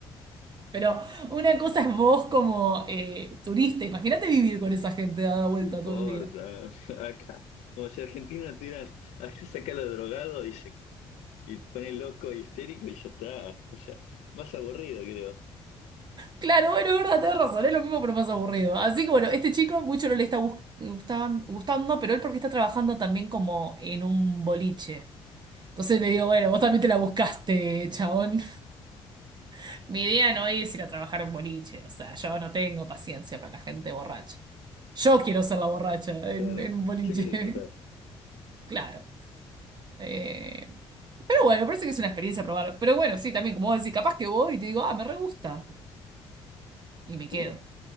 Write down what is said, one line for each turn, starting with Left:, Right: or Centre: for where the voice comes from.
Right: Pero una cosa es vos como eh, turista, imagínate vivir con esa gente dada vuelta
Left: ¿Qué importa?
Right: todo el día.
Left: Acá, como si Argentina tuviera, acá saca lo drogado y se y pone loco y histérico y ya está. O sea, más aburrido creo.
Right: Claro, bueno, es verdad, tenés razón, es lo mismo pero más aburrido. Así que bueno, este chico mucho no le está bus- gustaban- gustando, pero él porque está trabajando también como en un boliche. Entonces le digo, bueno, vos también te la buscaste, chabón. <laughs> Mi idea no es ir a trabajar en boliche, o sea, yo no tengo paciencia para la gente borracha. Yo quiero ser la borracha en,
Left: Claro,
Right: en un boliche,
Left: yo quiero disfrutar.
Right: <laughs> claro. Eh, Pero bueno, me parece que es una experiencia probar. Pero bueno, sí, también, como vos decís, capaz que voy y te digo, ah, me re gusta. Y me
Left: Sí,
Right: quedo.